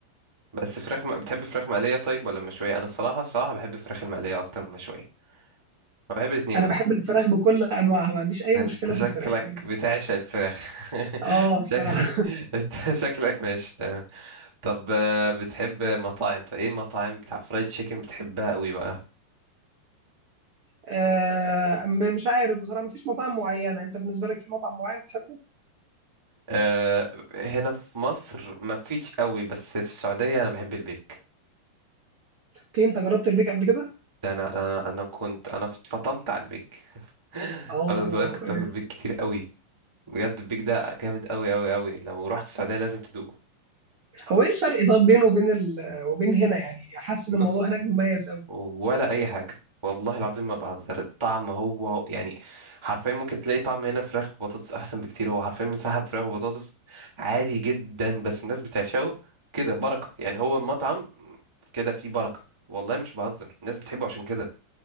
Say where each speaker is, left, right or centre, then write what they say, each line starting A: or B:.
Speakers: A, on the right (about 20°); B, on the right (about 65°).
A: بس فراخ م... بتحب فراخ مقليه طيب ولا مشويه انا الصراحه الصراحه بحب الفراخ المقليه اكتر من المشويه انا بحب الاثنين
B: انا
A: بس
B: بحب الفراخ بكل انواعها ما عنديش اي
A: انت
B: مشكله
A: شكلك
B: في الفراخ يعني
A: بتعشق الفراخ <laughs>
B: اه
A: شك...
B: بصراحه
A: انت شكلك ماشي تمام طب آه، بتحب مطاعم طب ايه المطاعم بتاع فرايد تشيكن بتحبها قوي بقى
B: آه م- مش عارف بصراحه ما فيش مطاعم معينه انت بالنسبه لك في مطعم معين بتحبه
A: أه هنا في مصر مفيش قوي بس في السعوديه انا بحب البيك
B: اوكي انت جربت البيك قبل كده؟
A: ده انا انا انا كنت انا فطمت على البيك <laughs>
B: اه
A: وانا صغير كنت
B: يعني.
A: باكل بيك كتير قوي بجد البيك ده جامد قوي قوي قوي لو رحت السعوديه لازم تدوقه
B: هو ايه الفرق طب بينه وبين ال... وبين هنا يعني حاسس ان
A: بص
B: الموضوع هناك مميز قوي
A: ولا اي حاجه والله العظيم ما بهزر الطعم هو هو- يعني حرفيا ممكن تلاقي طعم هنا فراخ وبطاطس احسن بكتير هو حرفيا مسحب فراخ وبطاطس عادي جدا بس الناس بتعشقه كده بركه يعني هو المطعم كده فيه بركه والله مش بهزر الناس بتحبه عشان كده